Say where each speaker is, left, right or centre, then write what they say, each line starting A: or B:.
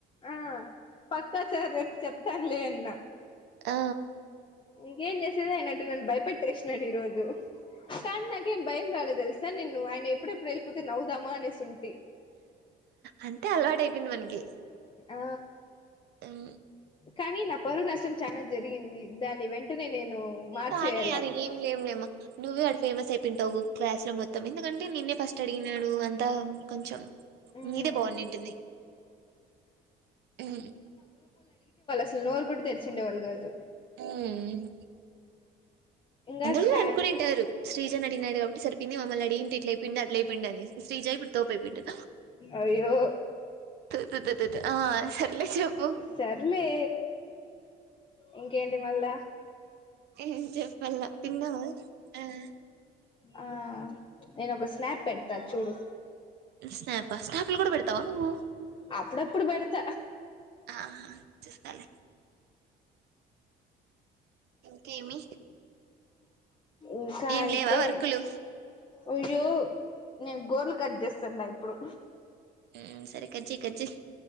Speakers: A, on the left; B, on the right.
A: ఆ పక్కా సార్ రేపు చెప్తాను లే అన్న
B: ఆ
A: ఇంకేం చేస్ నే అయినట్టు నన్ను భయపెట్టేస్ న్నాడు ఈ రోజు కానీ నాకేం భయం రాలె తెల్ సార్ నిన్ను ఆయన ఎప్పుడెప్పుడు వెళ్ళిపోతే నవ్వుదామా అనేసి ఉంటి
B: అంతే అలవాటైపోయింది మనకి
A: ఆ
B: హు
A: కానీ నా పరువు నష్టం చాన జరిగింది దాన్ని వెంటనే నేను మార్చేయాల
B: కానీ అది ఏం లేంలే మ నువ్వు ఆడ ఫేమస్ అపోయింటావ్ గు క్లాస్ లో మొత్తం ఎందుకంటే నిన్నే ఫస్ట్ అడిగినాడు అంతా కొంచెం
A: మ్మ్
B: మీదే బాగుంటుంది హు
A: సలు నోరు కూడా తెరిచుండే వాళ్ళు కాదు
B: హుమ్
A: ఇంకా
B: అందరూ
A: స్టా
B: అనుకునింటారు శ్రీజని అడిగినాడు కాబట్టి సరిపోంది. మమ్మల్ని అడిగింటి ఇట్లా అయిపోయిండు, అట్లయిపోండు అని శ్రీజ ఇప్పుడు తోపేపింటాది
A: అయ్యో
B: తు తు తు తు తు. ఆ సర్లే చెప్పు
A: సర్లే ఇంక్ కేంటి మళ్ళ
B: ఏం చెప్పాల తిన్నావా ఆహ్
A: ఆ నేను ఒక స్నాప్ పెడతా చూడు
B: స్నాప స్నాప్లు కూడా బెడతావా నువ్వు
A: అప్పుడప్పుడు బెడత
B: ఆహా చూస్తాలే ఇంకేమీ
A: ఇంకా
B: ఏం
A: అంటే
B: లేవా వర్కులు
A: అయ్యో నేన్ గోర్లు కట్ చేస్తాన్న ఇప్పుడు
B: మ్మ్ సరే కట్చెయ్ కట్చెయ్